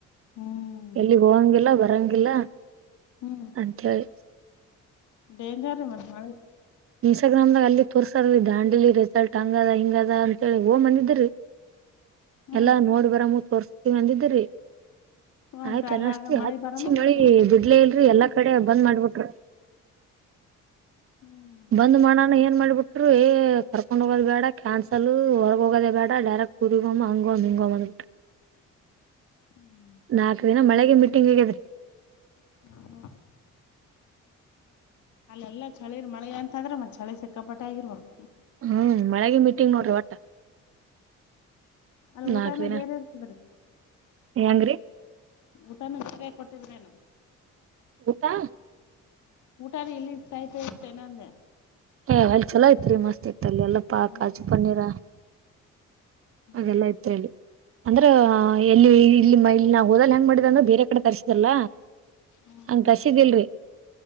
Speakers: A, on the left; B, on the right.
A: ಹ್ಮ್
B: ಎಲ್ಲಿಗ್ ಹೋಗಂಗಿಲ್ಲ ಬರಂಗಿಲ್ಲ.
A: ಹ್ಮ್
B: ಅಂತ ಹೇಳಿ
A: ಡೇಂಜರ್ ಮತ್ ಮಳಿ.
B: ಇನ್ಸ್ಟಾಗ್ರಾಮ್ ದಾಗ್ ಅಲ್ಲಿ ತೋರ್ಸಲ್ ದಾಂಡಲಿ ರೆಸಾರ್ಟ್ ಹಂಗ ಅದ ಹಿಂಗ ಅದ ಅಂತೇಳಿ ಹೋಗ್ ಬಂದಿದಿರಿ.
A: ಹ್ಮ್
B: ಎಲ್ಲಾ ನೋಡ್ ಬರಾಮು ತೋರ್ಸ್ತೀವಿ ಅಂದಿದ್ದೀರಿ.
A: ಮತ್ತ್
B: ಆಯ್ತ
A: ಅಲ್ಯಾಗ
B: ಅನಷ್ಟಿ
A: ಮಳಿ
B: ಹಚ್ಚಿ
A: ಬರನು
B: ಮಳಿ
A: ಬಿಟ್ ಬಿಡ್ತಾನ
B: ಬಿಡ್ಲೆ ಇಲ್ರಿ ಎಲ್ಲಾ ಕಡೆ ಬಂದ್ ಮಾಡ್ಬಿಟ್ರು.
A: ಹ್ಮ್
B: ಬಂದ್ ಮಾಡಣ ಏನ್ ಮಾಡ್ಬಿಟ್ರು ಏ ಕರ್ಕೊಂಡ್ ಹೋಗೋದ ಬ್ಯಾಡ ಕ್ಯಾನ್ಸಲ್ ಹೊರಗ ಹೋಗದೇ ಬ್ಯಾಡ ಡ್ಯಾ ಹ್ ಉರಿಗ್ ಹೋಗಮಾ ಹಾಂಗೋಮ್ ಹಿಂಗೊಮ್ ಅಂದ್ ಬಿಟ್ರ.
A: ಹ್ಮ್
B: ನಾಕ್ ದಿನ ಮಳ್ಯಗೆ ಮೀಟಿಂಗ್ ಆಗ್ಯಾದ್ರಿ.
A: ಹಾ ಹಾ ಅಲ್ಲೆಲ್ಲಾ ಚಳಿರಿ ಮಳೆ ಅಂತಂದ್ರ ಮತ್ತ ಚಳಿ ಸಿಕ್ಕಾಪಟ್ಟೆ ಆಗಿರ್ಬೇಕ.
B: ಹ್ಮ್ ಮಳ್ಯಗೆ ಮೀಟಿಂಗ್ ನೋಡ್ರಿ ಒಟ್ಟ.
A: ಅಲ್ ಊಟಾನೂ
B: ನಾಲ್ಕ್ ದಿನ
A: ಬೇರೆ ಇರ್ತದ್ರಿ.
B: ಹೆಂಗ್ರೀ.
A: ಊಟಾನು ಸರ್ಯಾಗ್ ಕೊಟ್ಟಿದ್ರೇನೋ.
B: ಊಟಾ
A: ಊಟಾದ ಇಲ್ಲಿ ಟೈಪೆ ಇತ್ತೆನಂದೇ.
B: ಏ ಅಲ್ ಚಲೋ ಇತ್ರಿ ಮಸ್ತ್ ಇತ್ ಅಲ್ಲೆಲ್ಲಾ ಪ್ಪಾ
A: ಹ್ಮ್
B: ಕಾಜು ಪನ್ನೀರ
A: ಹ್ಮ್
B: ಅದೆಲ್ಲಾ ಇತ್ರಿ ಅಲ್ಲಿ ಅಂದ್ರ ಎಲ್ಲಿ ಇಲ್ಲಿ ಇಲ್ಲಿ ನಾವು ಹೋದಲ್ ಹೆಂಗ ಮಾಡಿದ ಅಂದ್ರ ಬೇರೆ ಕಡೆ ತರಿಸಿದಲ್ಲ.
A: ಹ್ಮ್
B: ಹಂಗ ತರ್ಸಿದೀಲ್ರಿ